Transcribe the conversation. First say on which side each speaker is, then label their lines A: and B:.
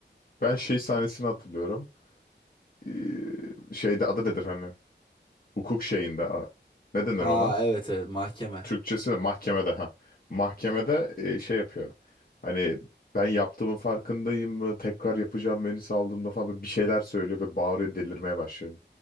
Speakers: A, on the left; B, on the left.
A: Ben şey sahnesini hatırlıyorum. Ee, şeyde adı nedir hani? Hukuk şeyinde. a- Ne denir
B: Ha
A: ona?
B: evet evet mahkeme.
A: Türkçesi de mahkemede ha. Mahkemede e, şey yapıyor. Hani ben yaptığımın farkındayım mı? Tekrar yapacağım beni saldığımda falan böyle bir şeyler söylüyor ve bağırıyor delirmeye başlıyor.